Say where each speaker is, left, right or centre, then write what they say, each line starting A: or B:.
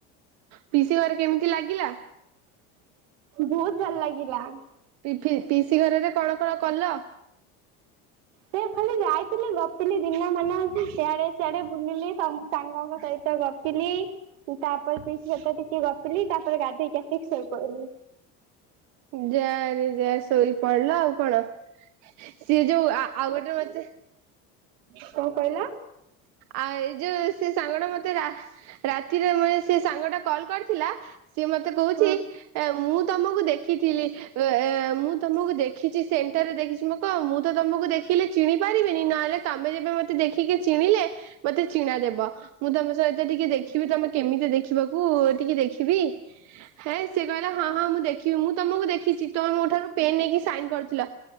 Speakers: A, on the right; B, on the right.
A: ପିଇସି ଘରେ କେମିତି ଲାଗିଲା?
B: ଭୋଉତ ଭଲ ଲାଗିଲା। <inaudible>
A: ପି ଫି ପିଇସି ଘରରେ କଣ କଣ କଲ?
B: ସେ ଖାଲି ଯାଇଥିଲି ଗପିଲି ଦିନ ମାନ ଇଆଡ଼େ ସିଆଡେ ବୁଲିଲି ସଙ୍ଗ ସାଙ୍ଗଙ୍କ ସହିତ ଗପିଲି ତାପରେ ପିଇସି ସହିତ ଟିକେ ଗପିଲି ତାପରେ ଗାଧେଇକି ଆସିକି ଶୋଇପଇଲି।
A: ଯାରେ ଯା ସୋଇ ପଡିଲ ଆଉ କଣ। ସିଏ ଯୋଉ ଆ ଆଉ ଗୋଟେ ମତେ
B: ହଉ କହିଲା।
A: ଆଉ ଏଇ ଯୋଉ ସେ ସାଙ୍ଗଟା ତେ ରା ରାତିରେ ମୁଁ ଏ ସେ ସାଙ୍ଗଟା କଲ କରିଥିଲା ସିଏ ମତେ କୋହୁଚି
B: ହଁ
A: ଏ ମୁଁ ତମୁକୁ ଦେଖିଥିଲି ଏ ମୁଁ ତମୁକୁ ଦେଖିଚି ସେଣ୍ଟରରେ ଦେଖିଚି ମୁ କ ମୁଁ ତ ତମୁକୁ ଦେଖିଲି ଚିଣି ପାରିବିନି ନହେଲେ ତମେ ଯେବେ ମତେ ଦେଖିକି ଚିଣିଲେ ମତେ ଚିଣା ଦେବ। ମୁଁ ତମ ସହିତ ଟିକେ ଦେଖିବି ତମେ କେମିତି ଦେଖିବାକୁ ଟିକେ ଦେଖିବି ହେଁ। ସେ କହିଲା ହଁ ହଁ ମୁଁ ଦେଖିବି ମୁଁ ତମୁକୁ ଦେଖିଚି ତମେ ମୋ ଠାରୁ ପେନ୍ ନେଇକି ସାଇନ କରିଥିଲ